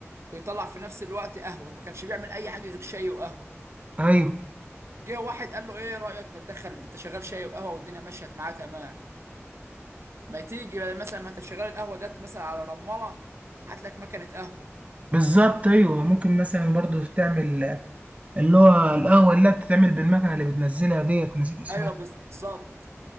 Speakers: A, on the right; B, on the right.
A: ويطلع في نفس الوقت قهوه ما كانش بيعمل اي حاجه غير شاي وقهوه
B: ايوه
A: جه واحد قال له ايه رايك ما تدخل انت شغال شاي وقهوه والدنيا مشيت معاه تمام ما تيجي بقى مثلا ما انت شغال القهوه ديت مثلا على رماله هات لك مكنه قهوه
B: بالظبط ايوه ممكن مثلا برضو تعمل اللي هو القهوه اللي بتتعمل بالمكنه اللي بتنزلها ديت نسيت اسمها
A: ايوه بالظبط